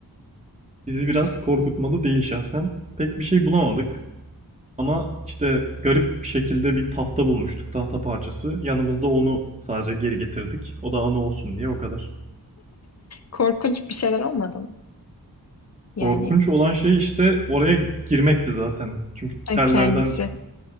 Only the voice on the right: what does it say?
Bizi biraz korkutmadı değil şahsen. Pek bir şey bulamadık. Ama işte garip bir şekilde bir tahta bulmuştuk, tahta parçası. Yanımızda onu sadece geri getirdik. O da anı olsun diye o kadar.
Korkunç olan şey işte oraya girmekti zaten. Çünkü
tellerden